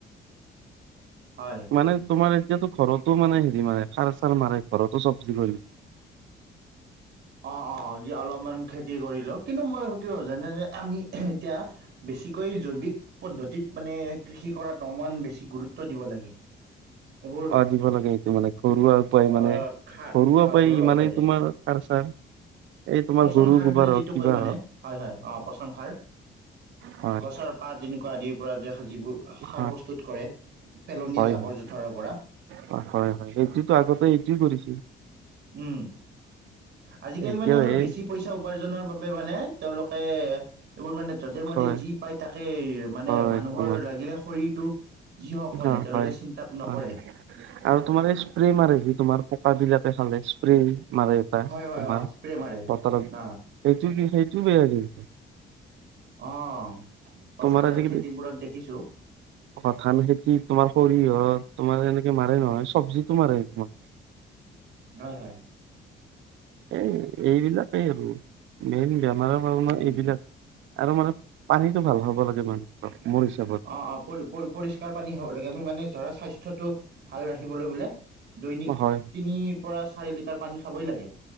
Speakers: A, on the right (about 65°); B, on the right (about 80°).
A: হয়।
B: মানে তোমাৰ এতিয়াতো ঘৰতো মানে হেৰি মাৰে সাৰ চাৰ মাৰে ঘৰতো চব্জি কৰি
A: অ অ যি অলপমান খেতি কৰিলো কিন্তু মই <unintelligible> যেনে যে আমি এতিয়া বেছি কৈ জৈৱিক পদ্ধতিত মানে কৃষি কৰাত অমান বেছি গুৰুত্ব দিব লাগে। এইবোৰ
B: অ দিব লাগে। এইটো মানে ঘৰুৱা উপায় মানে
A: অ
B: ঘৰুৱা
A: খা
B: উপায়,
A: ঘৰুৱা উপায়েৰে
B: মানে তোমাৰ সাৰ- চাৰ। এই তোমাৰ
A: পচন
B: গৰু
A: সাৰ
B: গোবাৰ
A: বুলি যিটো
B: হওক কিবা
A: কয় মানে।
B: হওক
A: হয়, হয়। অ পচন সাৰ।
B: হয়
A: গছৰ পাত এনেকুৱা আদি পৰা দেখা যিবোৰ সাৰ
B: হয়
A: প্ৰস্তুত কৰে। পেলনীয়া
B: হয়
A: জাবৰ
B: হয়
A: জোথৰৰ পৰা।
B: হয় হয় হয় এইটোতো আগতে এইটোৱে কৰিছিল
A: উম, আজিকালি
B: এতিয়া
A: মানে অলপ
B: এই
A: বেছি পইচা উপাৰ্জনৰ বাবে মানে তেওঁলোক এ এইবোৰ মানে যধে মধে
B: হয়
A: যি পায় তাকে মানে
B: হয়
A: মানুহৰ
B: তোমাৰ
A: লাগিলে শৰীৰটো যি হওক মানে
B: অ
A: তেওঁলোকে
B: হয়
A: চিন্তা নকৰে।
B: অ আৰু তোমাৰ এই স্প্ৰে মাৰে যি তোমাৰ পকা বিলাকে খালে স্প্ৰে মাৰে এটা
A: হয় হয়
B: তোমাৰ
A: অ। স্প্ৰে মাৰে
B: পতাৰত
A: ন
B: এইটো কি সেইটো বেয়া হেৰি
A: অ। পথাৰ
B: তোমাৰ আজিকালি,
A: খেতিবোৰত দেখিছোঁ।
B: অ ধান খেতি তোমাৰ সৰিয়হৰ তোমাৰ এনেকে মাৰে নহয়। চবজিটো মাৰে তোমাৰ।
A: হয়, হয়।
B: এই এইবিলাকে আৰু মেইন বেমাৰৰ কাৰনে
A: উম
B: এইবিলাক আৰু মানে পানীটো ভাল হ'ব লাগে মানুহ মোৰ হিচাপত
A: অ অ পৰি পৰিষ্কাৰ পানী খাব লাগে। আমি মানে ধৰা স্বাস্থ্যটো ভাল ৰাখিবলৈ বোলে। দৈনিক
B: হয়
A: তিনিৰ পৰা চাৰি লিটাৰ পানী খাবই লাগে।